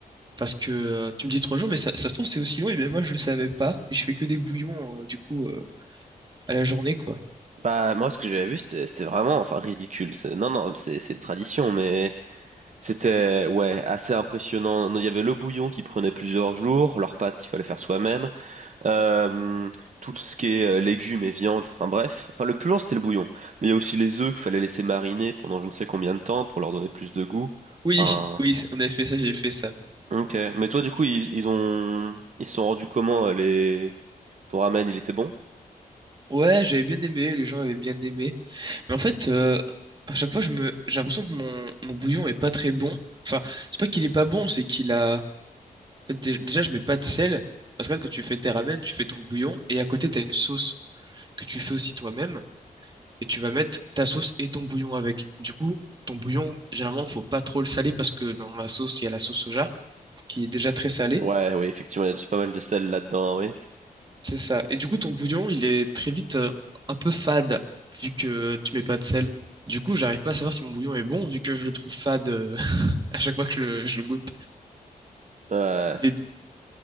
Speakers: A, on the right (about 30°); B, on the right (about 50°).
A: Parce que euh, tu me dis trois jours, mais ça, ça se trouve c'est aussi long. Et bien moi, je le savais pas. Et je fais que des bouillons euh, du coup euh, à la journée, quoi.
B: Bah moi, ce que j'avais vu, c'était c'était vraiment, enfin, ridicule. C'est- Non, non, c'est c'est une tradition, mais. C'était, ouais, assez impressionnant. Non, Il y avait le bouillon qui prenait plusieurs jours, leurs pâtes qu'il fallait faire soi-même, euh, tout ce qui est euh, légumes et viande, enfin bref. Enfin, le plus long, c'était le bouillon. Mais il y a aussi les œufs qu'il fallait laisser mariner pendant je ne sais combien de temps pour leur donner plus de goût.
A: Oui,
B: Enfin,
A: oui, on avait fait ça, j'ai fait ça.
B: ok. Mais toi, du coup, ils, ils ont, ils se sont rendus comment, euh, les, ton ramen, il était bon?
A: Ouais, j'avais bien aimé. Les gens avaient bien aimé. Mais en fait, euh, à chaque fois, je me, j'ai l'impression que mon, mon bouillon est pas très bon. Enfin, c'est pas qu'il est pas bon, c'est qu'il a En fait, dé- déjà, je mets pas de sel. Parce que quand tu fais tes ramen, tu fais ton bouillon et à côté, t'as une sauce que tu fais aussi toi-même et tu vas mettre ta sauce et ton bouillon avec. Du coup, ton bouillon, généralement, faut pas trop le saler parce que dans la sauce, il y a la sauce soja qui est déjà très salée.
B: Ouais, oui, effectivement, il y a déjà pas mal de sel là-dedans, oui.
A: C'est ça. Et du coup, ton bouillon, il est très vite euh, un peu fade vu que tu mets pas de sel. Du coup, j'arrive pas à savoir si mon bouillon est bon vu que je le trouve fade euh, <laughs> à chaque fois que je le, je le goûte.
B: Ouais,
A: Mais,